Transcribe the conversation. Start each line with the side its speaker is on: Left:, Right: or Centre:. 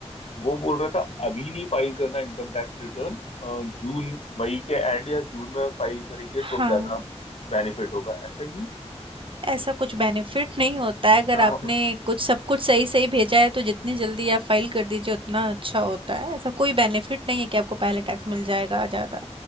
Left: वो बोल रहा था अभी नहीं फाइल करना इनकम टैक्स रिटर्न जून मई के एंड या जून में फाइल करेंगे तो
Right: हाँ
Left: ज्यादा बेनिफिट होगा ऐसा क्यों
Right: ऐसा कुछ बेनिफिट नहीं होता है अगर
Left: हाँ
Right: आपने
Left: हाँ
Right: कुछ सब कुछ सही-सही भेजा है तो जितनी जल्दी आप फाइल कर दीजिए उतना अच्छा होता है ऐसा कोई बेनिफिट नहीं है कि आपको पहले टैक्स मिल जाएगा ज़्यादा